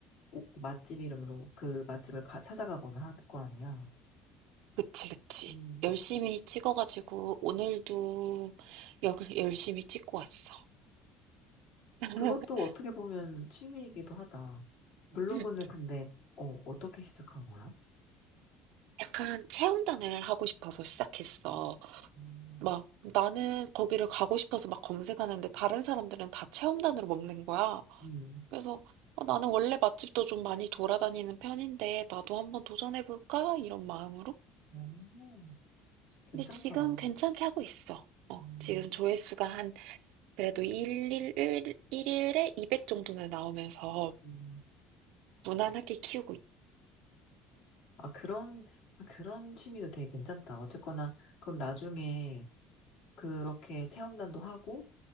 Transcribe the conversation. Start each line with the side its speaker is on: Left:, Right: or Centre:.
Left: 오- 맛집 이름으로 그 맛집을 가- 찾아가거나 할 거 아니야.
Right: 그치, 그치.
Left: 음,
Right: 열심히 찍어 가지고 오늘도 역 열심히 찍고 왔어. <laughs>
Left: 그것도 어떻게 보면 취미이기도 하다. 블로그는
Right: 음.
Left: 근데, 어, 어떻게 시작한 거야?
Right: 약간 체험단을 하고 싶어서 시작했어.
Left: 음,
Right: 막 나는 거기를 가고 싶어서 막 검색하는데 다른 사람들은 다 체험단으로 먹는 거야.
Left: 음.
Right: 그래서 어, 나는 원래 맛집도 좀 많이 돌아다니는 편인데 나도 한번 도전해볼까? 이런 마음으로.
Left: 음. 괜찮다.
Right: 근데 지금 괜찮게 하고 있어. 어,
Left: 음,
Right: 지금 조회수가 한 그래도 1일, 일일에 200 정도는 나오면서
Left: 음.
Right: 무난하게 키우고
Left: 아, 그런, 아, 그런 취미도 되게 괜찮다. 어쨌거나, 그럼 나중에 그렇게 체험단도 하고,